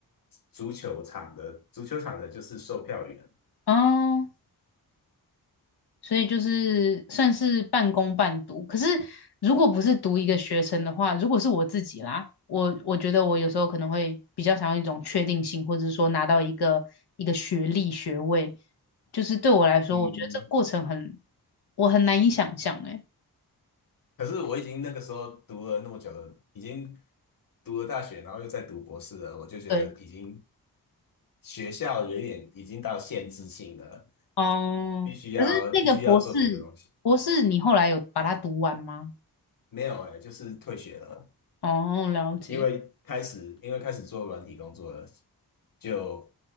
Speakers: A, on the left; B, on the left.
A: 足球场的足球场的就是售票员。
B: 哦，所以就是算是半工半读。可是如果不是读一个学程的话，如果是我自己啦，我我觉得我有时候可能会比较想要一种确定性，或者是说拿到一个一个学历学位，就是对我来说，
A: 嗯，
B: 我觉得这个过程很我很难以想象哎、
A: 可是我已经那个时候读了那么久了，已经读了大学，然后又在读博士了，我就觉得已经
B: 对，
A: 学校有一点已经到限制性了，
B: 哦，
A: 必须要必须要做别的东西。
B: 可是那个博士博士，你后来有把它读完吗？
A: 没有哎、就是退学了。
B: 哦，了解。
A: 因为开始因为开始做软体工作了，就